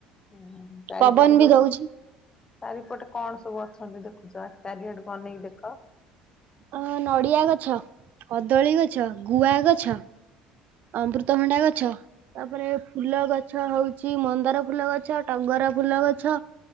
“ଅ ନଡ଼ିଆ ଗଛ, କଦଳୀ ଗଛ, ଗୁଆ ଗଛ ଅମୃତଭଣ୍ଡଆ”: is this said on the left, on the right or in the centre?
Right